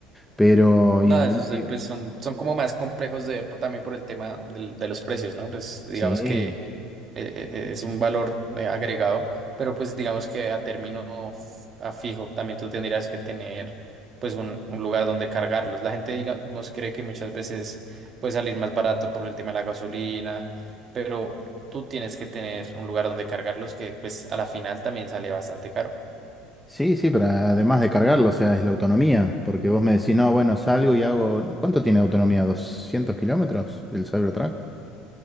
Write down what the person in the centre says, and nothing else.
Pero
y-
y-
sí.
Sí, sí, pero además de cargarlo, o sea, es la autonomía, porque vos me decís, no, bueno, salgo y hago... no, ¿Cuánto tiene autonomía? ¿200 kilómetros el Cybertruck?